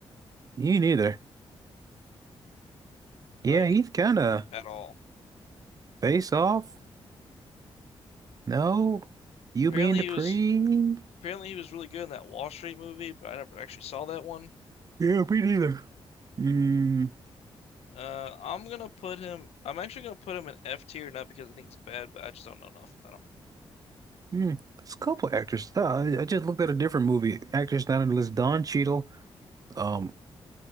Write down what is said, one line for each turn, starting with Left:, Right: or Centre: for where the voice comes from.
Right: You neither. Yeah,
Left: like
Right: he's kind of
Left: at all.
Right: face off. No, you
Left: Apparently
Right: being Dupree.
Left: he was apparently he was really good in that Wall Street movie, but I never actually saw that one.
Right: Yeah, me neither. Mm,
Left: Uh, I'm gonna put him. I'm actually gonna put him in F tier, not because I think it's bad, but I just don't know enough about him.
Right: mm. There's a couple actors. Uh, I I just looked at a different movie. Actors down on the list: Don Cheadle, um,